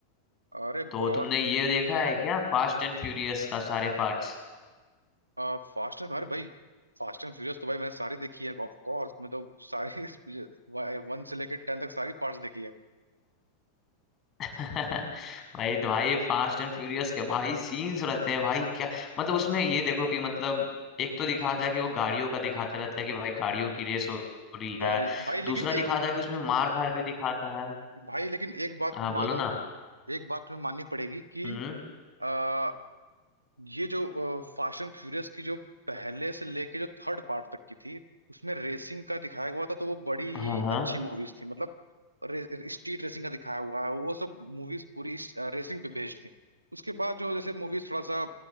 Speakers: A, on the right; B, on the left.
A: अरे
B: तो
A: बहुत
B: तुमने ये देखा है क्या फास्ट एंड फ्यूरियस का सारे पार्ट्स
A: फास्ट एंड अरे भाई फास्ट एंड फ्यूरियस तो भाई मैंने सारी देखी है ऑफ कोर्स मैं तो सारी <laughs> वन से लेकर टेन तक सारी पार्ट्स देखी है
B: <laughs> भाई तो भाई फास्ट एंड फ्यूरियस के भाई सीन्स रहते हैं भाई क्या मतलब उसमें ये देखो कि मतलब एक तो दिखाता है कि वो गाड़ियों का दिखाते रहता है कि भाई गाड़ियों की रेस हो रही
A: क्या
B: है
A: रे- भाई लेकिन
B: दूसरा
A: एक
B: दिखाता है कि उसमें मार धार भी दिखाता है
A: भाई लेकिन एक बात
B: हाँ
A: तुम
B: बोलो
A: मानो
B: ना
A: एक बात तुम्हें माननी पड़ेगी कि
B: हम्म?
A: आ, ये जो फास्ट एंड फ्यूरियस की जो पहले से लेके जो थर्ड पार्ट तक की थी उसमें रेसिंग का दिखाया हुआ था तो वो बड़ी ही
B: हाँ हाँ
A: अच्छी मूवीज थी मतलब रे, स्ट्रीट रेसिंग का दिखाया हुआ है वो सब मूवीज पूरी रेसिंग पे बेस्ड थी उसके बाद जो जैसे मूवीज थोड़ा सा